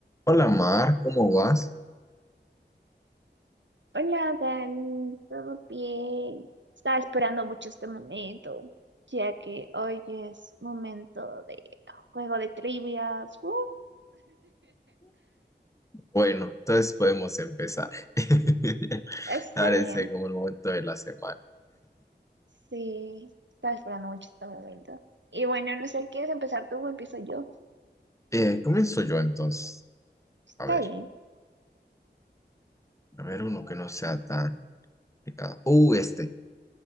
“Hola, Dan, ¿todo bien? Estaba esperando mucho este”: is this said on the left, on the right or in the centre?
Right